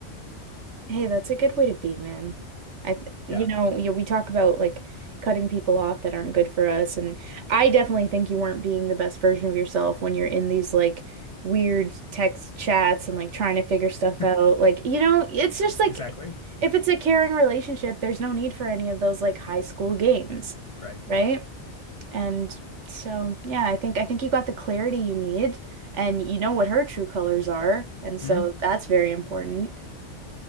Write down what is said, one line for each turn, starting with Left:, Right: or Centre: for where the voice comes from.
Right: Hey, that's a good way to be, man. I, th you
Left: Yeah,
Right: know, you, we talk about like cutting people off that aren't good for us, and I definitely think you weren't being the best version of yourself when you're in these like weird text chats and like trying to figure stuff
Left: <laughs>
Right: out. Like, you know, it's just like
Left: exactly.
Right: if it's a caring relationship, there's no need for any of those like high school games,
Left: Right.
Right: right? And so, yeah, I think I think you got the clarity you need, and you know what her true colors are, and so
Left: Hmm.
Right: that's very important.